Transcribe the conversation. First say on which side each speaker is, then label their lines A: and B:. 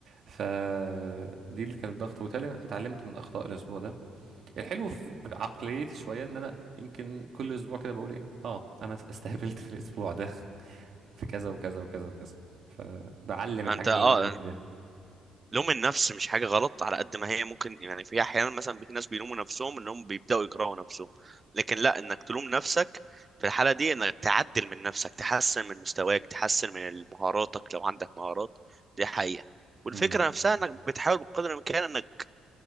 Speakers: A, on the right; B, on the right.
A: فدي اللي كانت ضغط وبالتالي اتعلمت من أخطاء الأسبوع ده الحلو في عقليتي شوية إن أنا يمكن كل أسبوع كده بقول إيه آه أنا استهبلت في الأسبوع ده <laughs> في كذا وكذا وكذا وكذا فبعلم الحاجات
B: انت اه
A: اللي أنا غلطت فيها
B: لوم النفس مش حاجة غلط على قد ما هي ممكن يعني في أحيانا مثلا في ناس بيلوموا نفسهم إنهم بيبدأوا يكرهوا نفسهم لكن لا إنك تلوم نفسك في الحالة دي إنك تعدل من نفسك تحسن من مستواك تحسن من مهاراتك لو عندك مهارات دي حقيقة والفكرة
A: امم
B: نفسها إنك بتحاول بقدر الإمكان إنك